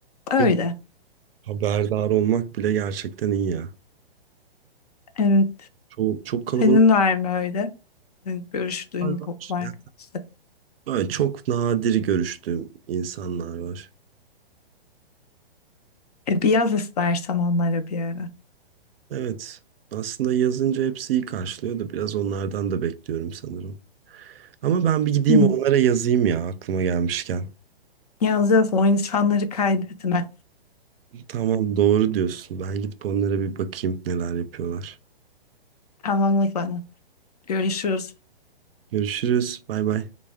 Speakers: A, on the left; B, on the right.
A: Öyle.
B: Yok. Haberdar olmak bile gerçekten iyi ya.
A: Evet.
B: Çok, çok kalabalık.
A: Senin var mı öyle? Evet, Görüştüğün
B: var.
A: okul arkadaşları.
B: Ya, Böyle çok nadir görüştüğüm insanlar var.
A: E, bir yaz istersen onlara bir ara.
B: Evet. Aslında yazınca hepsi iyi karşılıyor da biraz onlardan da bekliyorum sanırım. Ama ben bir gideyim
A: Hı,
B: onlara yazayım ya aklıma gelmişken.
A: Yaz yaz o insanları kaydetme.
B: Tamam doğru diyorsun. Ben gidip onlara bir bakayım neler yapıyorlar.
A: Tamam o zaman. Görüşürüz.
B: Görüşürüz. Bay bay.